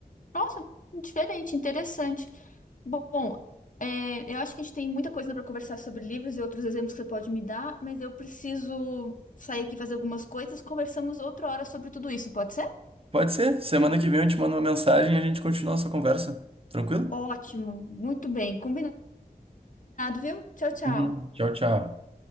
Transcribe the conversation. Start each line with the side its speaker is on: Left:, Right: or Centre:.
Left: Nossa, diferente, interessante. Bom, é, eu acho que a gente tem muita coisa para conversar sobre livros e outros exemplos que você pode me dar, mas eu preciso sair aqui fazer algumas coisas. Conversamos outra hora sobre tudo isso, pode ser?
Right: Pode ser, semana que vem eu te mando uma mensagem e a gente continua essa conversa. Tranquilo?
Left: Ótimo, muito bem, combinado, viu? Tchau, tchau.
Right: Uhum. Tchau, tchau.